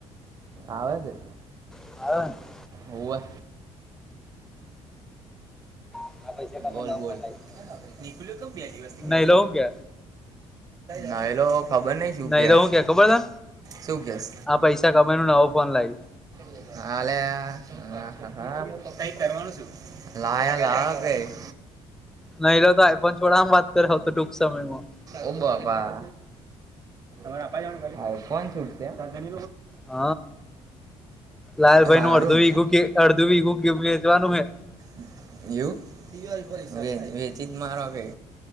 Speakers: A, on the right (about 30°); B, in the centre.
A: આવે છે.
B: <unintelligible>
A: હોવે
B: આ પૈસા તમે
A: બોલ
B: નવ
A: બોલ
B: ફોન લાવીશ
A: નીકુલ્યોતો બે દિવસ થી,
B: નહી લો હું કે
A: ના એલો ખબર નહીં શું
B: નહી
A: કે
B: લો હું ખબર તને
A: શું કેસ,
B: આ પૈસા કમાય ન નવો ફોન લાઇ,
A: <unintelligible>
B: નહી લો તો આઇ ફોન છોડાવાનુ વાત કર તો ટૂંક સમયમાં
A: ઓ બોપા હ આઇ ફોન છૂટશે એમ
B: હ લાલ ભાઈ
A: હારું
B: નું અડધું
A: ન
B: ઈગું કે અડધું એગું કે ભેજવાનું હે
A: <inaudible> એવું વેચી જ મારો હવે,